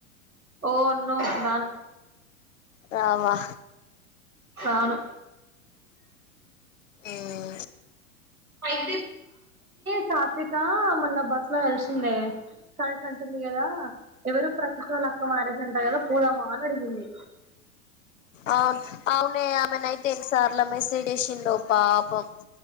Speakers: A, on the right; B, on the left.
A: ఓ నో రాన్
B: రావా
A: రాను
B: మ్మ్
A: అయితే స క్షిత మన్న బస్సు లో కలిసిందే కలిసంటుంది ట కదా ఎవరు ప్రతిక్ వాళ్ళక్ మారేజ అంట కదా పోదామా అని అడిగింది
B: అవ్ను అవునే ఆమె నైతే ఎన్ని సార్లు సార్ల మెసేజేసిందో పాపం